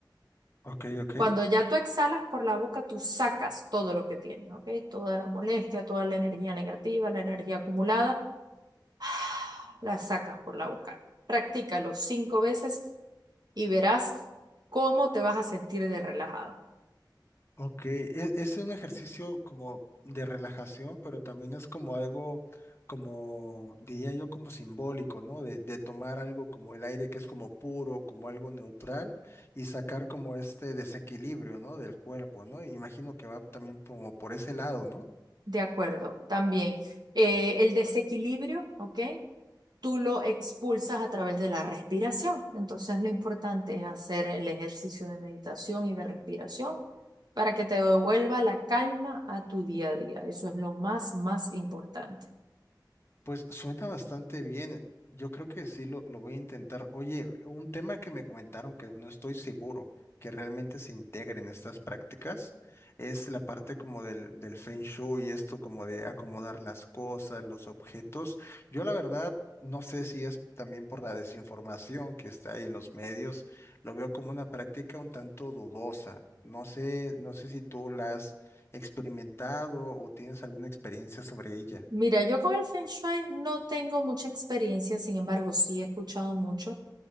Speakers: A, on the left (about 30°); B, on the right (about 60°).
A: ok, ok.
B: Cuando ya tú exhalas por la boca, tú sacas todo lo que tienes, ¿ok? Toda la molestia, toda la energía negativa, la energía acumulada, <sighs> la sacas por la boca. Practícalo cinco veces y verás cómo te vas a sentir de relajado.
A: Ok, e- es, un ejercicio como de relajación, pero también es como algo, como diría yo, como simbólico, ¿no? De, de tomar algo como el aire que es como puro, como algo neutral, y sacar como este desequilibrio, ¿no? Del cuerpo, ¿no? Imagino que va también como por ese lado, ¿no?
B: De acuerdo, también. Eh, el desequilibrio, ¿ok? Tú lo expulsas a través de la respiración. Entonces lo importante es hacer el ejercicio de meditación y de respiración para que te devuelva la calma a tu día a día. Eso es lo más, más importante.
A: Pues suena bastante bien. Yo creo que sí lo, lo voy a intentar. Oye, un tema que me comentaron que no estoy seguro que realmente se integre en estas prácticas es la parte como del, del Feng Shui y esto como de acomodar las cosas, los objetos. Yo la verdad no sé si es también por la desinformación que está ahí en los medios. Lo veo como una práctica un tanto dudosa. No sé, no sé si tú la has experimentado o tienes alguna experiencia sobre ella.
B: Mira, yo con el Feng Shui no tengo mucha experiencia, sin embargo, sí he escuchado mucho.